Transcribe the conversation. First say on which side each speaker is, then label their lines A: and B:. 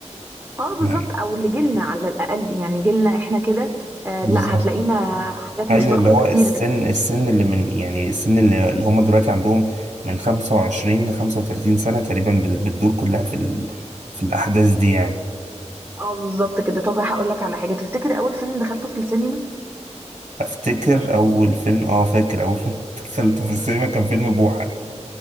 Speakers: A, on the right; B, on the right.
A: اه بالظبط
B: نعم،
A: او اللي جيلنا على الاقل يعني جيلنا احنا كده آه
B: بالظبط
A: لا هتلاقينا حاجات
B: ايوه
A: مشتركه
B: اللي هو
A: كتير
B: السن السن اللي من يعني السن اللي, اللي هم دلوقتي عندهم من 25 ل 35 سنه تقريبا بت- بتدور كلها في ال... في الاحداث دي يعني
A: اه بالظبط كده طب هقول لك على حاجه تفتكر اول فيلم دخلته في السينما
B: افتكر اول فيلم اه فاكر اول فيلم <laughs> دخلته في السينما كان فيلم بوحه